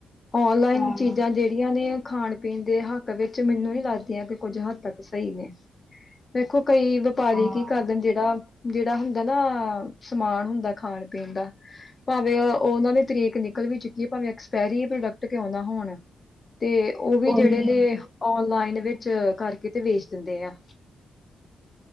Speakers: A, on the left; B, in the centre.
A: ਔਨਲਾਈਨ
B: ਹਾਂ
A: ਚੀਜ਼ਾਂ ਜਿਹੜੀਆਂ ਨੇ, ਖਾਣ- ਪੀਣ ਦੇ ਹੱਕ ਵਿੱਚ ਮੈਨੂੰ ਨੀ ਲੱਗਦੀਆਂ, ਕਿ ਕੁੱਝ ਹੱਦ ਤੱਕ ਸਹੀ ਨੇ, ਦੇੇਖੋ ਕਈ- ਵਆਪਾਰੀ
B: ਹਾਂ
A: ਕੀ ਕਰਦੇ ਜਿਹੜਾ ਜਿਹੜਾ ਹੁੰਦਾ ਨਾ ਸਮਾਨ ਹੁੰਦਾ ਖਾਣ ਪੀਣ ਦਾ- ਭਾਵੇਂ ਉਹਨਾਂ ਦੀ ਤਰੀਕ ਨਿਕਲ ਵੀ ਚੁੱਕੀ ਹੈ, ਭਾਵੇਂ ਐਕਸਪਾਇਰੀ ਪ੍ਰੋਡਕਟ ਕਿਉਂ ਨਾ ਹੋਣ- ਤੇ ਉਹ ਵੀ
B: ਉਹੀ
A: ਜਿਹੜੇ ਨੇ ਔਨਲਾਈਨ ਵਿੱਚ ਕਰਕੇ ਤੇ ਵੇਚ ਦਿੰਦੇ ਆ-